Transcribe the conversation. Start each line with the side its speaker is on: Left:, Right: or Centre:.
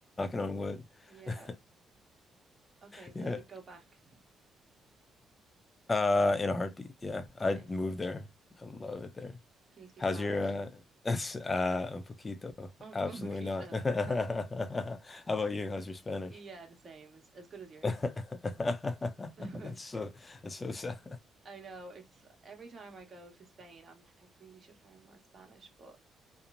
Left: on wood.
Right: Yeah.
Left: <laughs>
Right: Okay, so
Left: Yeah.
Right: you'd go back.
Left: Uh, in a heartbeat. Yeah, I'd
Right: Nice.
Left: move there. I love it there.
Right: Can you speak
Left: How's
Right: Spanish?
Left: your uh, <laughs> uh un poquito?
Right: <laughs> Oh,
Left: Absolutely
Right: po- poquito.
Left: not. <laughs> How
Right: <laughs>
Left: about you? How's your Spanish?
Right: Yeah, the same. As, as good as
Left: <laughs>
Right: yours.
Left: That's
Right: <laughs> I
Left: so that's so sad.
Right: know it's every time I go to Spain, I'm like, I really should learn more Spanish, but